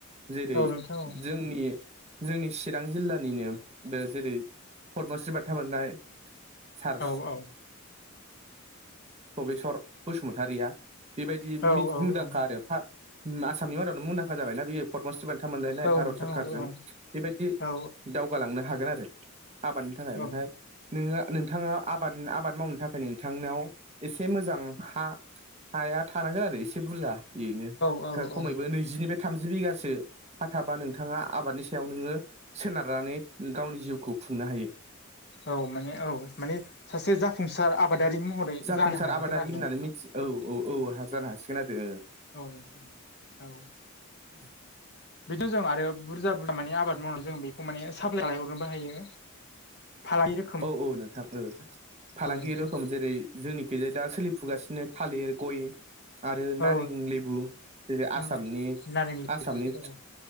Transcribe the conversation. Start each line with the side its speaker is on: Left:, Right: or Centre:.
Right: जेरै
Left: औ नोंथां औ
Right: जोंनि जोंनि चिरां जिल्लानिनो बे जेरै पदमश्रि बान्था मोननाय सार
Left: औ औ
Right: सबेस्वर बसुमतारिया बेबायदि मुंदांखा
Left: औ औ औ
Right: आरो आसामनि मादावनो मुंदांखा जाबायना बियो। पदमस्री बान्था मोनलायनाय
Left: औ
Right: भारत
Left: नोंथां
Right: सरकारजों
Left: औ औ
Right: बेबायदि
Left: औ
Right: दावगालांनो हागोन आरो आबादनि थाखाय
Left: औ
Right: ओमफ्राय नोङो नोंथाङा आबाद आबाद मावनो थाखाय नोंथांनाव एसे मोजां हा हाया थानांगोन आरो एसे बुरजा बेनो
Left: औ
Right: खमैबो
Left: औ
Right: नैजिनिफ्राय थामजि बिगासो। हाथाबा नोंथाङा आबादनि सायाव नोङो सोनारनानै गावनि जिउखौ खुंनो हायो।
Left: औ माने औ माने सासे जाफुंसार आबादारि महरै
Right: जाफुंसार
Left: जानो हाहैगोन
Right: आबादारि
Left: आरो
Right: होननानै
Left: ना नोंथां
Right: मिथि औ औ औ जानो हासिगोन आरो।
Left: औ औ।
Right: औ।
Left: बिदिनो जों आरो बुरजा बुरजा माने आबाद मावनानै जों बेखौ माने साप्लाय लायहरनोबो हायो। फालायो
Right: औ औ नोंथां फालांगि
Left: नोंथां
Right: रोखोम जेरै जोंनिख जाय दा सोलिफुगासिनो थालिर गय आरो
Left: औ
Right: नारें लेबु जेरै
Left: नोंथां
Right: आसामनि
Left: औ नारें लेबु
Right: आसामनि
Left: औ